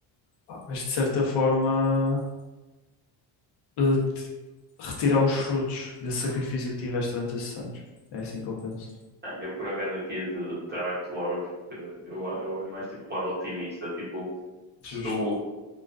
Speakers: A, on the left; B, on the right.
A: pá, vais de certa forma eh, te- retirar os frutos desse sacrifício que tiveste durante esses anos. É assim que eu penso.
B: Mano, eu por acaso aqui de, de trabalho que tu amas, porque eu, eu olho mais tipo o lado otimista, tipo, se
A: Justo.
B: tu